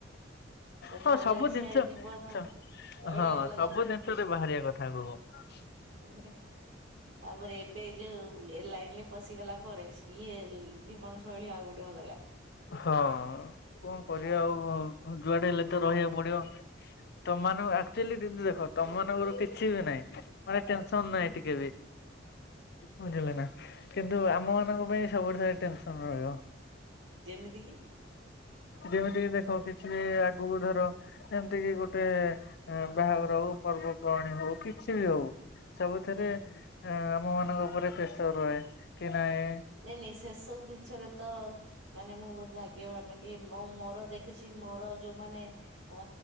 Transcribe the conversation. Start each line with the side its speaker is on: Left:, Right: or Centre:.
Right: ସେତେବେଳେ
Left: ତ ସବୁ
Right: ସେ
Left: ଜିନିଷ
Right: ଜୀବନ
Left: ସ
Right: ଶୈଳୀ
Left: ହଁ
Right: ଅଲଗା
Left: ସବୁ ଜିନିଷରେ ବାହାରିିବା କଥା କୁହ।
Right: <unintelligible> ଆପରେ ଏବେ ଏଇ ଜଉ ଏ ଲାଇନ୍ ରେ ବସିଗଲା ପରେ ସ ଇଏ ଜିବନ ଶୈଳୀ ଆଉ ଗୋଟେ ଅଲଗା।
Left: ହଁ କଣ କରିବା ଆଉ ଯୁଆଡ଼େ ହେଲେ ତ ରହିବାକୁ ପଡ଼ିବ। ତମମାନଙ୍କ ଆକ୍ଚୂଆଲି ଦିଦି ଦେଖ ତମମାନଙ୍କର କିଛି ବି ନାଇଁ ମାନେ ଟେନସନ୍ ନାହିଁ
Right: ହୁଁ
Left: ଟିକେ ବି। ବୁଝିଲେ ନା କିନ୍ତୁ ଆମ ମାନଙ୍କ ପାଇଁ ସବୁଥିରେ ଟେନସନ୍ ରହିବ।
Right: ଯେମିତି କି?
Left: ଯେମିତି କି ଦେଖ କିଛି ଆଗକୁ ଧର ଏମିତି କିି ଗୋଟେ ବାହାଘର ହଉ ପର୍ବପର୍ବାଣି ହଉ କିଛି ବି ହଉ। ସବୁଥିରେ
Right: ହୁଁ ହୁଁ। ହୁଁ।
Left: ଆମ ମାନଙ୍କ ଉପରେ ପ୍ରେସର ରହେ କି ନାହିଁ।
Right: ନାଇଁ ମେସେ ସେ ସବୁ ଜିନିଷରେ ତ ମାନେ ମୁଁ ବହୁତ ଭାଗ୍ୟବାନ କି ମୋ ମୋର ଦେଖ ଦେଖିଛି ମୋର ଯୋଉମାନେ ଅ